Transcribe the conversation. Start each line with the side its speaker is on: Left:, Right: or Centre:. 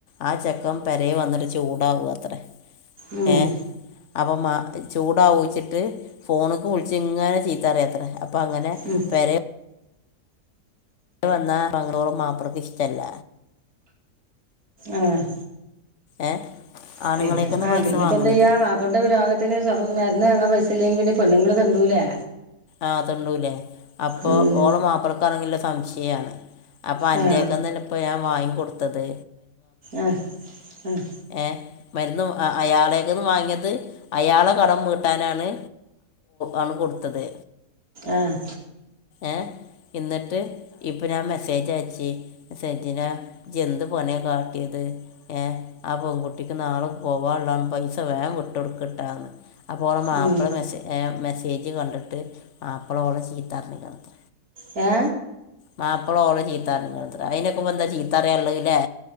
Left: ആ ചെക്കൻ വന്നിട്ട് ചൂടാവത്ര
Right: ഉം,
Left: ഏ അപ്പ മ ചൂടാകോ ത് ഫോണ്ക്ക് വിളിച്ചങ്ങനെ ചിത്ത പറയത്ര അപ്പോ അങ്ങനെ
Right: ഉം,
Left: പെരെ ഇ വന്നാ <unintelligible> മാപ്പലക് ഇഷ്ടല്ല.
Right: ആഹ്
Left: ഏ ആണുങ്ങളേക്കൊന്ന്
Right: പിന്നെ ആഹ
Left: പൈസ
Right: പിന്നെപ്പ
Left: വാങ്ങണത്
Right: എന്തയ്യാം മാ അപ്പൊണ്ട് രോഗത്തിന് മരന്ന് വാങ്ങാൻ പൈസ ഇല്ലെങ്ക പിന്നെ പെണ്ണുങ്ങൾ തെണ്ടൂലേ?
Left: ആ തെണ്ടൂല്ലേ അപ്പൊ
Right: ഉം,
Left: ഓള് മാപ്പളക്കണങ്കി സംശയാണ്. അപ്പ അൻ്റെയൊക്കെല്ലെ
Right: ആ
Left: ഇപ്പോൾ ഞാൻ വാങ്ങി കൊടുത്തത്
Right: ആഹ് ആഹ്
Left: ഏഹ മരുന്നു അയാളെ വാങ്ങിയത് അയാളെ കടം വീട്ടാനാണ് ആണ് കൊടുത്തത്.
Right: ആഹ്
Left: ഏഹ എന്നിട്ട് ഇപ്പ ഞാൻ മെസ്സേജ് അയച് സജിനാ ഇജ് എന്ത് പണികാട്ടിയത് ഏ ആ പൺകുട്ടിക്ക് നാളെ പോവാനുള്ളതാന്ന് പൈസ വേകം വിട്ടൊടുക്കട്ടാന്ന് അപ്പോൾള മാപ്പിളെ
Right: ഉം.
Left: മെസ് എ മെസ്സേജ് കണ്ടിട്ട് മാപ്പിള ഓള ചീത്ത പറഞ്ഞക്ക്ണത്ര
Right: ഏ
Left: മാപ്പള ഓളെ ചീത്തപറഞ്ഞുത്രെ അയ്നക്കെപന്താ ചീത്തറയാളെല്ലെ